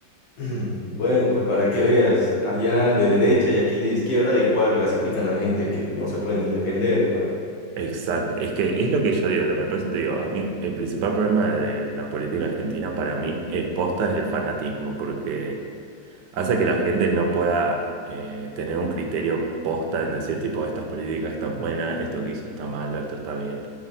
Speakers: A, on the left; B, on the right.
A: <clears throat> Bueno, pues para que veas, allá de derecha y aquí de izquierda igual gasifican a gente que no se puede ni defender, hermano.
B: Exacto, es que es lo que yo digo también, por eso te digo, a mí el principal problema de la política argentina para mí es posta es el fanatismo, porque hace que la gente no pueda eh, tener un criterio posta en decir tipo, estas políticas están buenas, esto que hizo está malo, esto está bien.